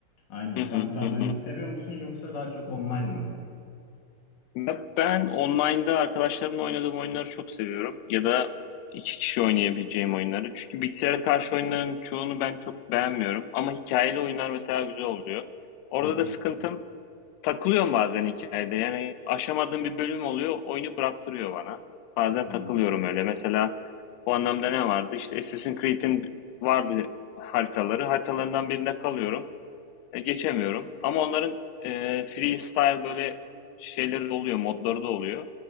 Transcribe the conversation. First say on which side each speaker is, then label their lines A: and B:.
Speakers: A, on the left (about 60°); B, on the left (about 85°).
A: Aynen.
B: Hı
A: Sen
B: hı
A: bu tarz
B: hı
A: oyunları
B: hı.
A: seviyor musun yoksa daha çok online mı?
B: Ya ben online'da arkadaşlarımla oynadığım oyunları çok seviyorum. Ya da iki kişi oynayabileceğim oyunları. Çünkü bilgisayara karşı oyunların çoğunu ben çok beğenmiyorum. Ama hikayeli oyunlar mesela güzel oluyor. Orada
A: Hı hı.
B: da sıkıntım takılıyorum bazen hikayede. Yani aşamadığım bir bölüm oluyor, oyunu bıraktırıyor bana. Bazen
A: Hı hı.
B: takılıyorum öyle. Mesela bu anlamda ne vardı? İşte Assassin's Creed'in vardı haritaları. Haritalarından birinde kalıyorum. E, geçemiyorum. Ama onların e, freestyle böyle şeyleri de oluyor, modları da oluyor.